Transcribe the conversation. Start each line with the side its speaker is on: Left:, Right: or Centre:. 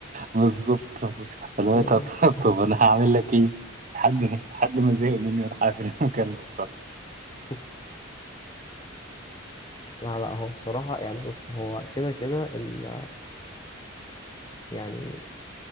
Right: بالظبط فاللي هو
Left: أيوة.
Right: طب <laughs> طب انا هعمل لك ايه لحد لحد ما زهق مني وراح قافل المكالمه الصراحه
Left: <laughs> لا لا هو بصراحة يعني بص هو كده كده ال- يعني